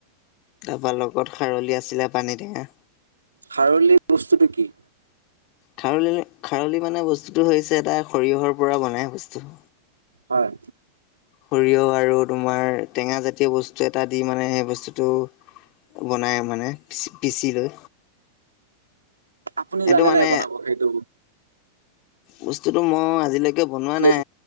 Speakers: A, on the left; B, on the right.
A: তাৰপা লগত খাৰলি আছিলে, পানীটেঙা।
B: খাৰলি বস্তুটো কি?
A: খাৰলি, খাৰলি মানে বস্তুটো হৈছে এটা সৰিয়হৰ পৰা বনাই বস্তু।
B: হয়।
A: সৰিয়হ আৰু তোমাৰ টেঙা জাতীয় বস্তু এটা দি মানে সেই বস্তুটো বনাই মানে। পি পিচি লৈ
B: আপুনি
A: এইটো
B: জানে
A: মানে
B: নাই, বনাব সেইটো?
A: বস্তুটো ম আজিলৈকে বনোৱা
B: হয়,
A: নাই